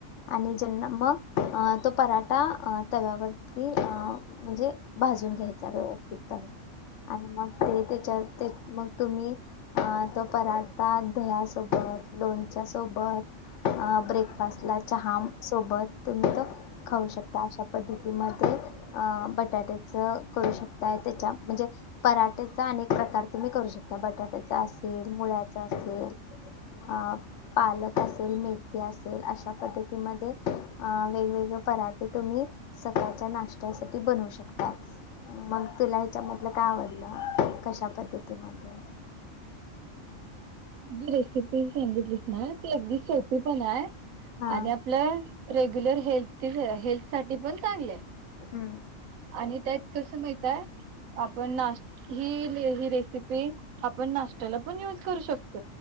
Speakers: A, on the left; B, on the right.
A: आणि ज्यांना म तो पराठा तव्यावरती अ म्हणजे भाजून घ्यायचा व्यवथितपणे आणि मग ते त्याच्यावरती मग तुम्ही हा तो पराठा दह्या सोबत, लोणच्या सोबत अ ब्रेकफास्टला चहा सोबत तुम्ही तो खाऊ शकता. अशा पद्धतीमध्ये बटाट्याचं करू शकता आहे त्याच्या म्हणजे. पराटेचा अनेक प्रकार तुम्ही करू शकता बटाट्याचा असेल मुळ्याचा असेल. अ पालक असेल मेथी असेल अशा. पद्धतीमध्ये अ वेगवेगळे पराठे तुम्ही. सकाळच्या नाश्त्यासाठी बनवू शकता. मग तुला ह्याच्यामधलं काय आवडलं कशा पद्धतीमध्ये.
B: जी रेसिपी सांगितलीस ना ती अगदी सोपी पण आहे,
A: हा
B: आणि आपलं. रेग्युलर हेल्थ हेल्थ साठी पण चांगलय.
A: हम्म
B: आणि त्यात कसं माहितय आपण नाश. ही ही रेसिपी आपण नाशत्याला पण युज करू शकतो.